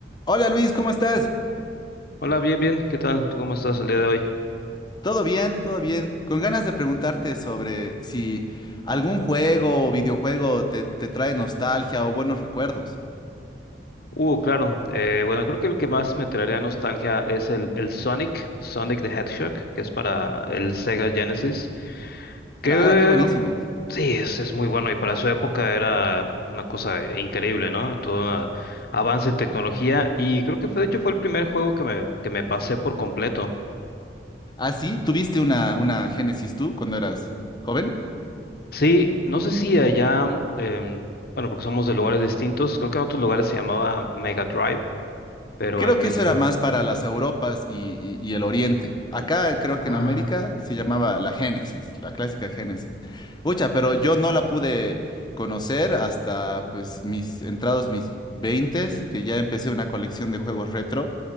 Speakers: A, on the left; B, on the left.
A: Hola Luis, ¿cómo estás?
B: Hola, bien, bien, ¿qué tal? ¿Tú cómo estás el día de hoy?
A: Todo bien, todo bien. Con ganas de preguntarte sobre si algún juego o videojuego te, te trae nostalgia o buenos recuerdos.
B: Uh, claro, eh, bueno, creo que el que más me traería nostalgia es el, el Sonic, Sonic the Hedgehog, que es para el Sega Genesis, que
A: Claro, qué buenísimo.
B: sí, es, es muy bueno y para su época era una cosa increíble, ¿no? Todo un avance en tecnología y creo que fue, de hecho, fue el primer juego que me, que me pasé por completo.
A: ¿Ah, sí? ¿Tuviste una, una Génesis tú cuando eras joven?
B: Sí, no sé si allá, em, bueno, porque somos de lugares distintos, creo que en otros lugares se llamaba Mega Drive, pero
A: Creo
B: en
A: que
B: México...
A: eso era más para las Europas y, y- y el Oriente. Acá creo
B: Ah.
A: que en América se llamaba la Génesis, la clásica Génesis. Ucha, pero yo no la pude conocer hasta pues mis entrados mis veintes, que ya empecé una colección de juegos retro